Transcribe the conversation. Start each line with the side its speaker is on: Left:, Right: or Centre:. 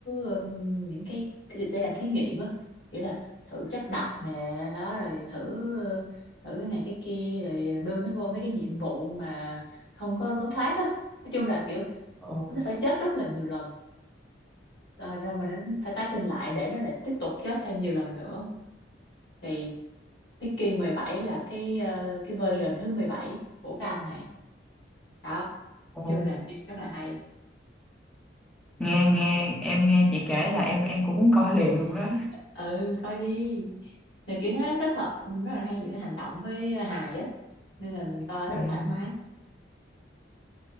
Left: ừm, những cái để làm thí nghiệm á kiểu là thử chất độc nè đó rồi thử ờ, thử cái này cái kia rồi đưa nó vô mấy cái nhiệm vụ mà không có lối thoát á nói chung là kiểu
Centre: ồ,
Left: nó phải chết rất là nhiều lần rồi, rồi mình nó phải tái sinh lại để nó lại tiếp tục chết thêm nhiều lần nữa thì Mickey mười bảy là cái ờ, cái version thứ 17 của cái anh này đó
Centre: ồ.
Left: nói chung là phim rất là hay
Centre: nghe nghe em nghe chị kể là em em cũng muốn coi liền luôn đó
Left: ừ coi đi là kiểu nó kết hợp rất là hay giữa hành động với hài á nên là mình coi rất
Centre: Ừm.
Left: là thoải mái